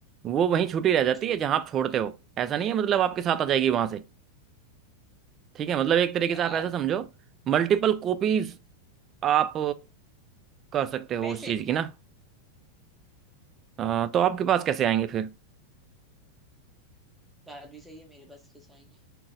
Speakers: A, on the right; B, in the centre.
A: वो वहीं छूटी रह जाती
B: छूट
A: है जहाँ आप छोड़ते हो ऐसा नहीं है मतलब आपके साथ आ जाएगी वहां से ठीक है मतलब एक तरीके
B: यार
A: से आप ऐसा समझो मल्टीपल कॉपीज
B: हम्म,
A: आप कर सकते हो
B: पैसे
A: उस चीज़ की ना अ, तो आपके पास कैसे आएंगे फिर
B: बात भी सही है मेरे पास किस आएंगे